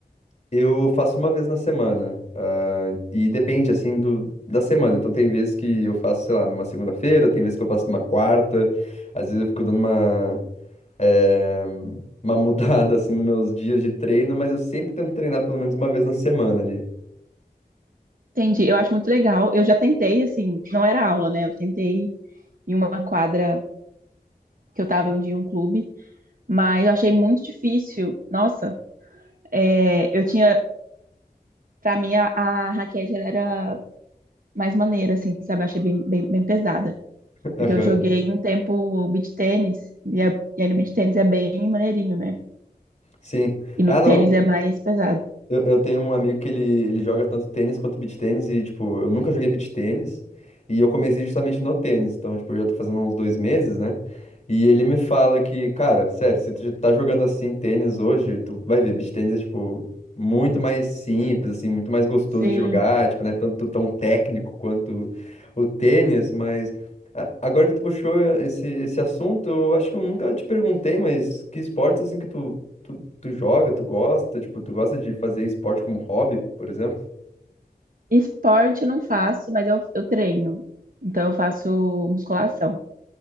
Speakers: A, on the left; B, on the right.
A: Eu faço uma vez na semana, ah, e depende, assim, do, da semana. Então, tem vezes que eu faço, sei lá, numa segunda-feira, tem vezes que eu faço numa quarta. Às vezes eu fico dando uma, eh, uma <laughs> mudada, assim, nos meus dias de treino, mas eu sempre tento treinar pelo menos uma vez na semana ali.
B: Entendi, eu acho muito legal. Eu já tentei, assim, não era aula, né? Eu tentei em uma quadra que eu tava em um dia em um clube, mas eu achei muito difícil. Nossa, é, eu tinha, pra mim, a, a raquete, ela era mais maneira, assim, sabe? Eu achei bem, bem, bem pesada.
A: Aham.
B: Porque eu joguei um tempo beach tênis, e, é- e aí no beach tênis é bem maneirinho, né?
A: Sim.
B: E no
A: Ah, não,
B: tênis é mais pesado.
A: Eu, eu tenho um amigo que ele, ele joga tanto tênis quanto beach tênis e, tipo, eu nunca joguei beach tênis e eu comecei justamente no tênis, então, tipo, eu já tô fazendo há uns dois meses, né? E ele me fala que, cara, sério, se tu já tá jogando assim tênis hoje, tu vai ver, beach tênis é, tipo, muito mais simples, assim, muito mais gostoso
B: Sim.
A: de jogar, tipo, né? Tanto tão técnico quanto o tênis, mas a- agora que tu puxou esse, esse assunto, eu acho que eu nunca te perguntei, mas que esportes, assim, que tu. Tu joga, tu gosta, tipo, tu gosta de fazer esporte como hobby, por exemplo?
B: Esporte eu não faço, mas eu, eu treino. Então eu faço musculação.